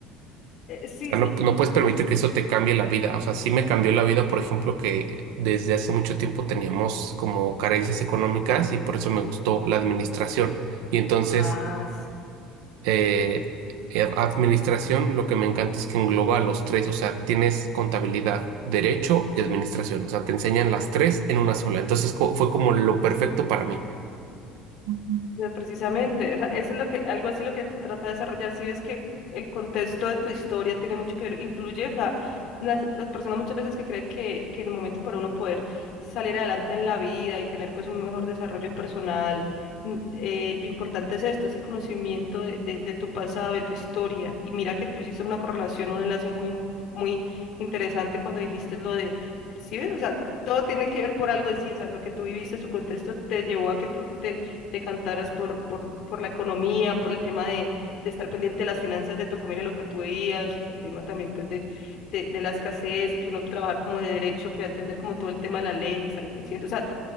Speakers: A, on the left; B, on the right.
A: Eh, sí,
B: sea,
A: sí,
B: No, no puedes permitir que eso te cambie la vida. O sea, sí me cambió la vida, por ejemplo, que desde hace mucho tiempo teníamos como carencias económicas y por eso me gustó la administración. Y entonces,
A: Ah,
B: eh, eh, administración, lo que me encanta es que engloba a los tres. O sea, tienes contabilidad, derecho y administración. O sea, te enseñan las tres en una sola. Entonces, co- fue como lo perfecto para mí. Ujú.
A: Pero Precisamente, o sea, eso es lo que, algo así lo que te trata de desarrollar. Si ves que el contexto de tu historia tiene mucho que ver, influye, o sea, las, las personas muchas veces que creen que, que en el momento para uno poder salir adelante en la vida y tener pues un mejor desarrollo personal, mm, eh, lo importante es esto, ese conocimiento de, de, de tu pasado, de tu historia. Y mira que tú hiciste una correlación, un enlace muy, muy interesante cuando dijiste lo de, ¿sí ves? O sea, todo tiene que ver por algo en sí, o sea, lo que tú viviste, su contexto te llevó a que tú te te cantaras por, por, por la economía, por el tema de, de estar pendiente de las finanzas de tu familia, lo que tú veías, el tema también pues de, de, de la escasez y que uno trabajar como de derecho, que va a entender como todo el tema de la ley, estar consciente, o sea,